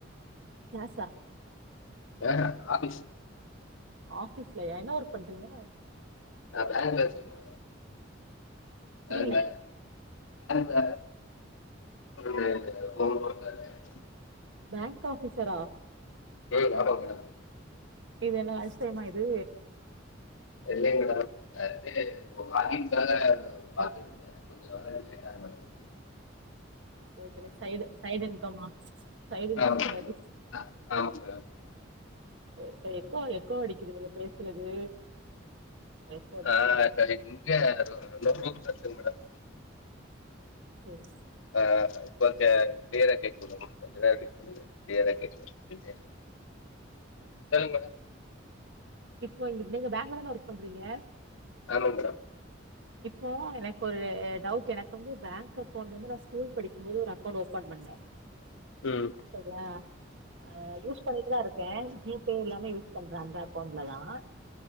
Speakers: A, on the right; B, on the left.
A: கிளாஸா
B: அஹஹ ஆபீஸ்
A: ஆபீஸ்ல என்ன ஒர்க் பண்றீங்க
B: நான் பேங்க்ல வேலை செய்ற
A: புரியல
B: நான் பேங்கு வேலை <unintelligible>
A: பேங்க் ஆஃபீஸ்ரா
B: டேய் இங்க ஆட்டோவுக்கு இடம் இல்லை
A: இது என்ன லஞ்ச் டைமா இது
B: இல்லை மேடம் நேத்து வாக்கிங் பிரகாரம் பாத்துங்க கொஞ்சம் கேட்டு
A: ஓகே ஓகே சைடு இன்கமா சைடு இன்கம்கா
B: ஆமா மேடம்
A: இது
B: ஆ ஆமா மேடம்
A: செரி செரி எக்கோ எக்கோ அடிக்குது நீங்க பேசுறது எக்கோ அடிக்குது
B: ஆஹா சரிங் இங்க லோக்கஸ் மேடம்
A: சரி
B: ஆஹா கொஞ்சம் கிளியரா கேட்டுக்குனும் கொஞ்ச கிளியரா கேக்கும் சொல்லுங்க மேடம்
A: இப்போங்க நீங்க பேங்கிளதானே ஒர்க் பண்றீங்க
B: ஆமா மேடம்
A: இப்போ எனக்கு ஒரு டவுட் எனக்கு வந்து பேங்க் அக்கவுண்ட் வந்து நான் ஸ்கூல் படிக்கும் போது ஒரு அக்கவுண்ட் ஓபன் பண்ணேன்
B: ம்
A: சரியா ஆஹ யூஸ் பண்ணிட்டு தான் இருக்கேன் ஜிபே எல்லாமே யூஸ் பண்றேன் அந்தான் <unintelligible>